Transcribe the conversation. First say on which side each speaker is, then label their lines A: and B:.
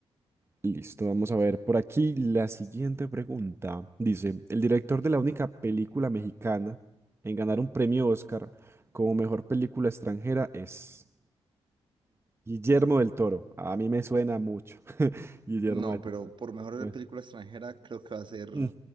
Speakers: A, on the right (about 20°); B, on the right (about 45°).
A: Listo. Vamos a ver por aquí la siguiente pregunta. Dice, el director de la única película mexicana en ganar un premio Oscar como mejor película extranjera es Guillermo del Toro. A mí me suena mucho. <laughs> Guillermo
B: No,
A: del Toro.
B: pero por mejor
A: Bueno.
B: película extranjera creo que va a ser
A: <laughs> mm,